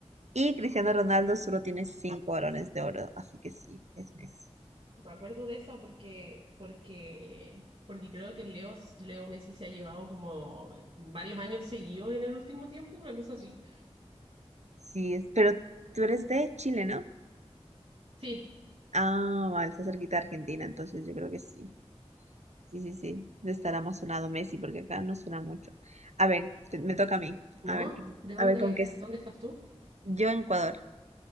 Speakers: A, on the right; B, on the right.
A: y Cristiano Ronaldo solo tiene cinco balones de oro. Así que sí, es Messi.
B: Me acuerdo de esa porque, porque, porque creo que Leo, Leo Messi se ha llevado como varios años seguidos en el último tiempo, una cosa así.
A: Sí, es, pero tú eres de Chile, ¿no?
B: Sí,
A: Ah, vale, está cerquita de Argentina, entonces yo creo que sí. Sí, sí, sí. Le estará más sonado Messi porque acá no suena mucho. A ver, te- me toca a mí.
B: ¿no?
A: A ver, qué-
B: ¿De dónde,
A: a ver con qué
B: de
A: es.
B: dónde estás tú?
A: Yo en Ecuador.